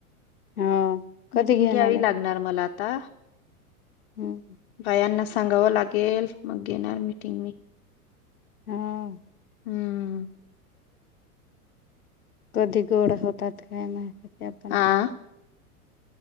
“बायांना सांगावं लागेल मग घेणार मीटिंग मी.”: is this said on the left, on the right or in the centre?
Left